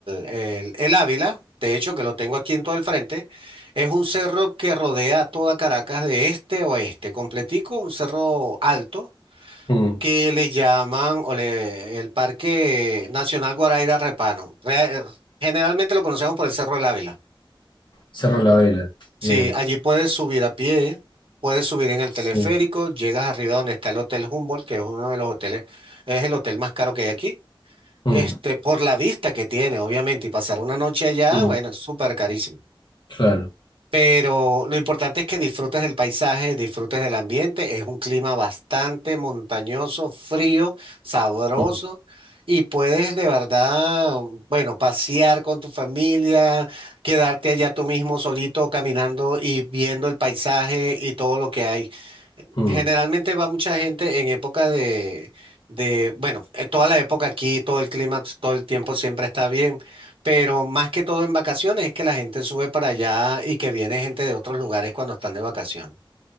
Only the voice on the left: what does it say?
mm.
Cerro la vela. Bien.
Sí.
Mm,
mm,
Claro.
Mm,
mm.